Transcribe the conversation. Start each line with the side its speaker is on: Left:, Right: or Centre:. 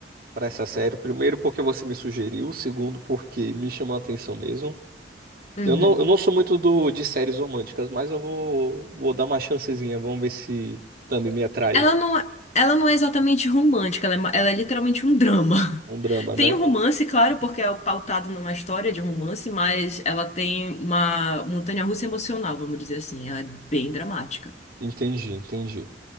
Right: para essa série. Primeiro, porque você me sugeriu. Segundo, porque me chamou a atenção mesmo.
Left: Uhum.
Right: Eu não, eu não sou muito do, de séries românticas, mas eu vou, vou dar uma chancezinha. Vamos ver se também me atrai.
Left: Ela não, é, ela não é exatamente romântica, ela é, ma- ela é literalmente um drama.
Right: Um
Left: <laughs>
Right: drama,
Left: Tem
Right: né?
Left: um romance, claro, porque é pautado numa história de romance, mas ela tem uma montanha-russa emocional, vamos dizer assim. Ela é bem dramática.
Right: Entendi, entendi.